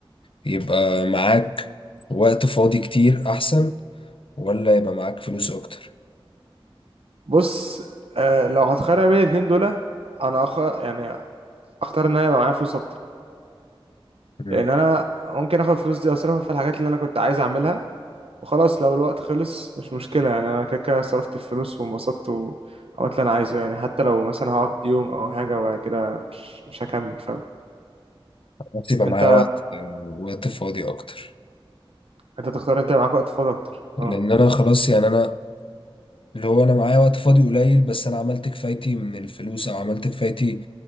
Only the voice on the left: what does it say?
يبقى معاك وقت فاضي كتير احسن ولا يبقى معاك فلوس اكتر
مم.
خلاص يبقى
معايا وقت وقت فاضي اكتر
لان
انا خلاص يعني انا اللي هو انا معايا وقت فاضي قليل بس انا عملت كفايتي من الفلوس او عملت كفايتي